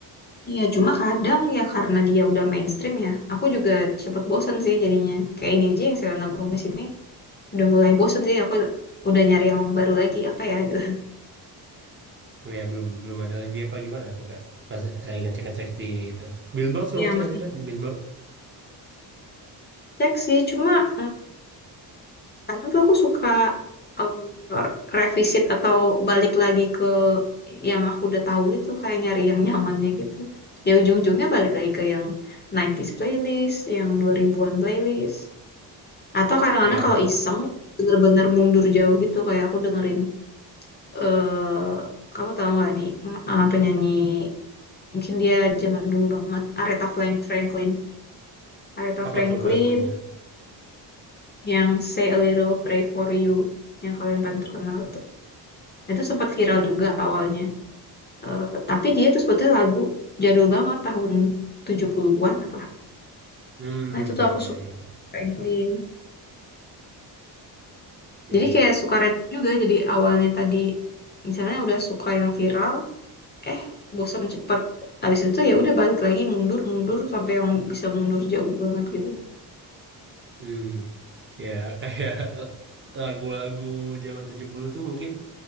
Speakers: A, on the left; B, on the right.
A: Iya, cuma kadang ya karena dia udah mainstream ya, aku juga cepet bosen sih jadinya. Kayak ini aja yang Selena Gomez ini udah mulai bosen sih, aku udah nyari yang baru lagi, apa ya gitu.
B: Ya belum belum ada lagi apa gimana tuh Kak? Pas lagi ngecek-ngecek di itu. Billboard suka
A: Iya,
B: ngecek
A: masih.
B: ngecek di Billboard.
A: Cek sih, cuma mm, kadang tuh aku suka um, revisit atau balik lagi ke yang aku udah tahu gitu kayak nyari yang nyamannya gitu ya ujung-ujungnya balik lagi ke yang 90s playlist yang 2000-an playlist atau kadang-kadang
B: Ya,
A: kalau iseng bener-bener mundur jauh gitu kayak aku dengerin eh kamu tahu nggak nih pem- eh, penyanyi mungkin dia zaman dulu banget Aretha Frank- Franklin Aretha Franklin
B: apa tuh lagunya?
A: yang Say a Little Pray for You yang kalian paling terkenal itu itu sempat viral juga awalnya Eh, tapi dia tuh sebetulnya lagu jadul banget tahun 70-an apa.
B: Hmm,
A: Nah, itu tuh aku
B: ya
A: suka
B: ya.
A: Franklin.
B: Ya.
A: Jadi kayak suka random juga. Jadi awalnya tadi misalnya udah suka yang viral, eh bosan cepet. Habis itu ya udah balik lagi mundur-mundur sampai yang bisa mundur jauh banget gitu.
B: Hmm. Ya, kayak <laughs> lagu-lagu zaman 70 tuh mungkin